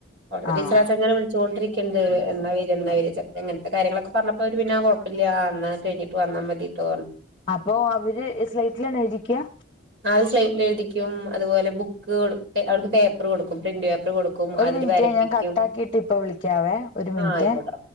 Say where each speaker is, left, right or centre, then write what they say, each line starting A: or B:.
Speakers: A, on the right (about 65°); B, on the left (about 25°).
A: അവിടത്തെ
B: ആഹ്
A: ടീച്ചർ ആ ചെങ്ങായ്‌നെ വിളചോണ്ട് ണ്ടിരിക്കണ്ട് എന്നാ വര്യ എന്നാ വര്യ ഇ ങ്ങനത്തെ കാര്യങ്ങളൊക്കെ പറഞ്ഞപ്പോൾ അവര് പിന്നെ കൊഴപ്പൊന്നു ഇല്ല്യാ എന്ന കഴിഞ്ഞിട്ട് വന്നാൽ മതിട്ടൊന്ന് പറഞ്ഞു
B: അപ്പൊ അവര് സ്ലേറ്റിലാണെഴുതിക്ക്യാ
A: അവര് സ്ലൈറ്റിൽ എഴുതിക്കും അതുപോലെ ബുക്ക്‌ കൊടുക്കും അവൾക്ക് പേപ്പർ കൊടുക്കും പ്രിന്റ് പേപ്പർ കൊടുക്കും
B: ഒരു
A: അതില്
B: മിനിറ്റ്
A: വരപ്പിക്കും
B: ഞാൻ കട്ട ആക്കിട്ട് ഇപ്പ വിളിക്കാവേ ഒരു മിനിറ്റ്
A: ആഹ് ആയിക്കോട്ടെ